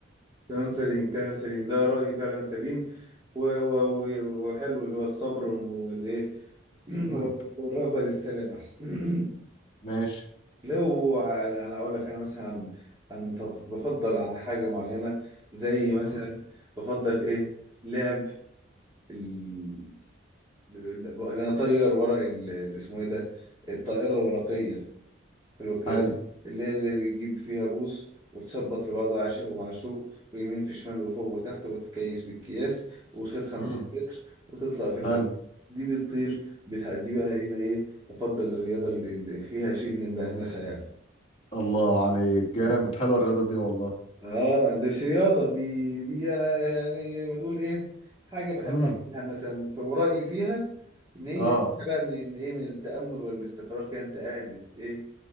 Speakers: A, on the right; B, on the left.
A: كلام سليم كلام سليم ده رأيي فعلا سليم و- و- و- وحلو اللي هو الصبر والإيه <clears throat>
B: مم.
A: والرغبة للسلام أحسن <clears throat>
B: ماشي
A: لو انا أنا اقول لك انا مثلا عن عن طب بفضل عن حاجه معينه زي مثلا
B: مم.
A: بفضل ايه لعب ال... ال- انا اطير ورق ال- اللي اسمه ايه ده الطائره الورقيه حلو الكلام
B: حلو
A: اللي هي زي اللي بتجيب فيها بوص وتثبط في بعضها عاشق ومعشوق ويمين في شمال وفوق وتحت وتكيس بالكياس وخيط 50
B: مم.
A: متر وتطلع في الهواء
B: حلو
A: دي بتطير بتح- دي بقى
B: مم.
A: هنا ايه بفضل الرياضه اللي اللي فيها شيء من البهنسه يعني
B: الله عليك جامد حلوة الرياضة دي والله
A: اه دي مش رياضة دي دي انا يعني لما تقول ايه حاجة بحب
B: مم.
A: اعملها مثلا فورائي فيها ان هي
B: اه
A: فيها بقى من إن ايه من التأمل والاستقرار كده انت قاعد بت- ايه